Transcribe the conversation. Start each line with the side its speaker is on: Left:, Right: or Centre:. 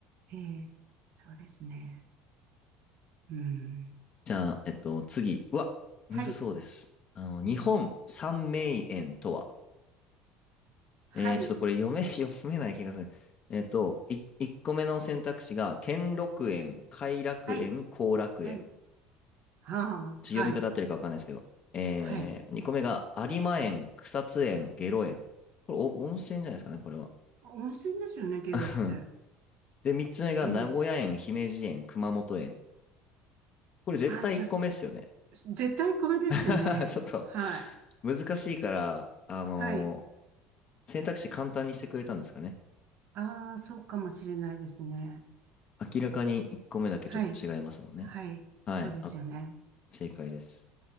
Right: ええ、そうですね。うん。
Left: じゃあ、えっと、次。うわ、むずそうです。
Right: はい、
Left: あの、日本三名園とは。
Right: はい、
Left: えー、ちょっとこれ読め、<laughs> 読めない気がする。えっと、い、1個目の選択肢が、兼六園、偕楽園、
Right: はい、
Left: 後楽園。
Right: はい。はあ、
Left: ちょっと読み方合ってるかわかんないですけど。
Right: はい、
Left: えー、
Right: はい。
Left: 2個目が、有馬園、草津園、下呂園。これお、温泉じゃないですかね、これは。
Right: 温泉ですよね、ゲロって。
Left: <laughs> で、3つ目が、
Right: うん。
Left: 名古屋園、姫路園、熊本園。これ絶対1個目っすよね。
Right: あ、じゃあ、絶対米ですよね。
Left: <laughs> ちょっと、
Right: はい。
Left: 難しいから、あのー
Right: はい。
Left: 選択肢簡単にしてくれたんですかね。
Right: ああ、そうかもしれないですね。
Left: 明らかに1個目だけちょっと違いますもんね。
Right: はい。はい。
Left: はい、
Right: そうですよね。
Left: あ、正解です。